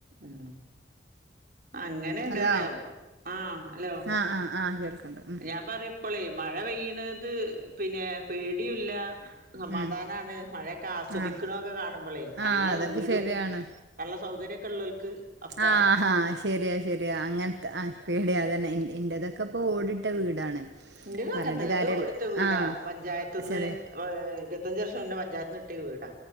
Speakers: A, on the right; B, on the right.
A: ഉം അങ്ങനെണ്റ്യാ
B: ഹലോ
A: ആഹ് അലോ
B: ആഹ് ആഹ് ആഹ് കേൾക്ക്ണ്ട് ഉം
A: ഞാൻ പറ്യാ പ്പളേ മഴ പെയ്യ്ണത് പിന്നെ പേട്യൂല്ല സമാധാനമാണ്
B: ഉം
A: മഴൊക്കെ ആസ്വദിക്കണൊക്കെ
B: ആഹ്
A: കാണുമ്പളെ നല്ല
B: ആഹ് അതൊക്കെ
A: വീടും
B: ശരിയാണ്
A: നല്ല സൗകര്യക്കെള്ളോൽക്ക് അ
B: ആഹ് ഹാഹ് ശെര്യാ ശെര്യാ അങ്ങൻത്തെ ആഹ് പേട്യാ അതെന്നെ ഇൻ ഇൻ്റെതൊക്കെ അപ്പോ ഓടിട്ട വീടാണ്.
A: ഇന്റെതും
B: പറഞ്ഞിട്ട്
A: അങ്ങൻ തെന്നെ
B: കാര്യല്ല
A: ഇതൊട്ട്ട വീടാ
B: ആഹ്
A: പഞ്ചായത്ത്ന്ന്
B: ചെറിയ
A: ഏഹ് ഇരുവത്തഞ്ചർഷം മുന്നേ പഞ്ചായത്ത്ന്ന്ട്ട്യാ വീടാ.